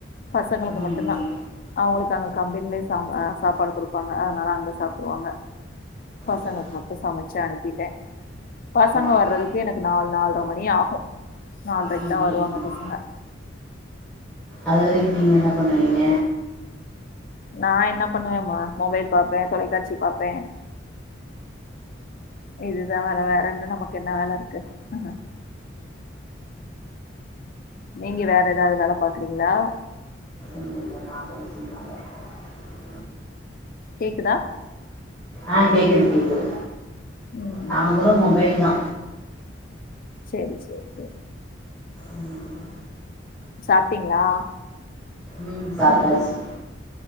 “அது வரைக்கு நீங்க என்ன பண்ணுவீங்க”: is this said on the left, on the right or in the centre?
Centre